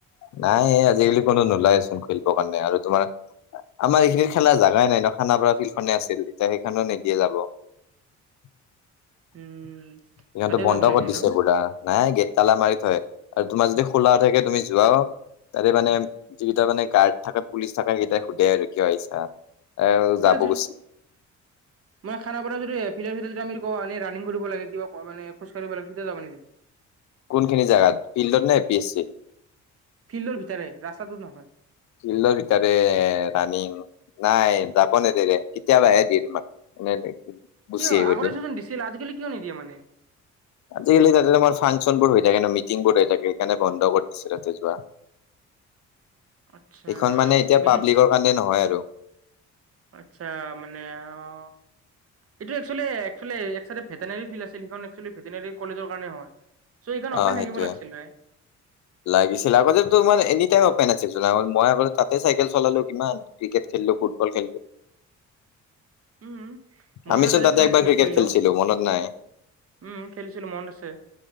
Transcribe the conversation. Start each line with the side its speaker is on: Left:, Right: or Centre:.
Left: নাই আজিকালি কোনো নোলাইচোন খেলিব। মানে আৰু তোমাৰ আমাৰ এইখিনি খেলাৰ জোগাই নাই ন খানা পৰা ফিল্ডখনে আছিল, এতিয়া সেইখনো নিদিয়ে যাব। <unintelligible>
Right: উম,
Left: সিহঁতো
Right: তাতেও
Left: বন্ধ
Right: যাব নিদিয়ে
Left: কৰি দিছে
Right: ন?
Left: বোৰা, নাই গেট তালা মাৰি থয়। আৰু তোমাৰ যদি খোলা থাকে, তুমি যোৱা তাতে মানে যিকেইটা মানে গাৰ্ড থাকে, পুলিচ থাকে সেইটাই সোধে আৰু কিয় আহিছা? এ যাব
Right: কত আচি,
Left: গৈছি
Right: মই খানাপাৰাৰৰে ভিতৰ ভিতৰ যদি আমি কোৱা এনে ৰানিং কৰিব লাগে কিবা কৰ মানে খোজ কাঢ়িব লাগে তেতিয়া যাব নেকি?
Left: কোনখিনি জাগাত ফিল্ডত নাই পি এছ চি?
Right: ফিল্ডৰ ভিতৰে ৰাস্তাটোত নহয়।
Left: ফিল্ডৰ ভিতৰে ৰাণিং নাই যাব নেদৰে কেতিয়াবা আহে দি তোমাক। এনে গুচি
Right: কিয়
Left: আহিব
Right: আগতেছোজন
Left: দিয়ে
Right: দিছিল আজিকালি কিয় নিদিয়ে মানে?
Left: আজিকালি তাতে তোমাৰ ফাংচনবোৰ হৈ সেইকাৰণে মিটিং বৰ্ড হৈ থাকে সেইকাৰনে বন্ধ কৰি দিছে তাতে যোৱা।
Right: আচ্ছা
Left: এইখন মানে এতিয়া
Right: মিদি
Left: পাব্লিকৰ কাৰণে নহয় আৰু।
Right: আচ্ছা মানে আও। এইটো একচলি একচলি এক চাইডে ভেটেনেল ফিল্ড আছিল সেই একচলি ভেটেনেৰি কলেজৰ কাৰণে হয়। চ' এইখন অপেন
Left: অ
Right: থাকিব
Left: সেইটোয়ে,
Right: লাগছিলে।
Left: লাগিছিল আগতেতো মানে এনি টাইম অপেন আছিল। জলা হ'ল মই আগত তাতে চাইকেল চলালো কিমান ক্ৰিকেট খেলিলো, ফুটবল খেলিলো।
Right: উম, মইতো
Left: আমিচোন
Right: তাতে
Left: দাতে
Right: কিমান
Left: একবাৰ ক্ৰিকেট
Right: খেলিলো।
Left: খেলছিলো মনত নাই।
Right: উম খেলিছিলো মনত আছে।